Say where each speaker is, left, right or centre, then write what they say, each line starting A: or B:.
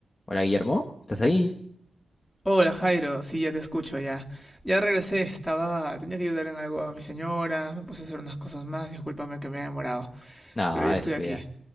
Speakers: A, on the left; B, in the centre.
A: Hola Guillermo, ¿estás ahí?
B: Hola Jairo, sí, ya te escucho ya. Ya regresé, estaba, tenía que ayudar en algo a mi señora, me puse a hacer unas cosas más, discúlpame que me he demorado,
A: No,
B: pero ya
A: descuida.
B: estoy aquí.